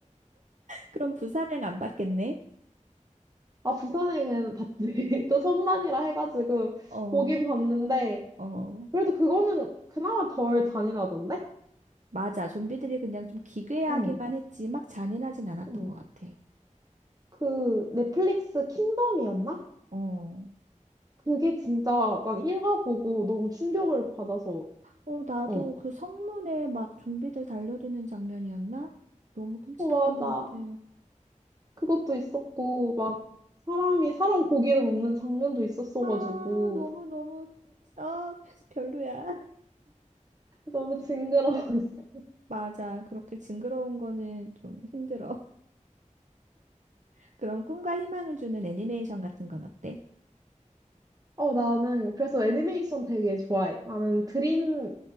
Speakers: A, on the right (about 70°); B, on the right (about 30°).
A: 그럼 부산행 안 받겠네?
B: 아, 부산행은 봤지. <laughs> 또 천만이라 해가지고
A: 어,
B: 보긴 봤는데,
A: 어,
B: 그래도 그거는 그나마 덜 잔인하던데?
A: 맞아. 좀비들이 그냥 좀 기괴하기만
B: 어,
A: 했지, 막 잔인하진 않았던
B: 응.
A: 것 같아.
B: 그 넷플릭스 킹덤이었나?
A: 어,
B: 그게 진짜 난 1화 보고 너무 충격을 받아서,
A: 어, 나도
B: 어,
A: 그 성문에 막 좀비들 달려드는 장면이었나? 너무 끔찍했던
B: 어, 맞아.
A: 것 같아.
B: 그것도 있었고, 막
A: 어.
B: 사람이 사람 고기를 먹는 장면도 있었어가지고,
A: 아, 너무너무, 아, 별로야. <laughs>
B: 너무 징그러웠어.
A: 맞아. 그렇게 징그러운 거는 좀 힘들어. <laughs> 그럼 꿈과 희망을 주는 애니메이션 같은 건 어때?
B: 어, 나는 그래서 애니메이션 되게 좋아해. 나는 드림,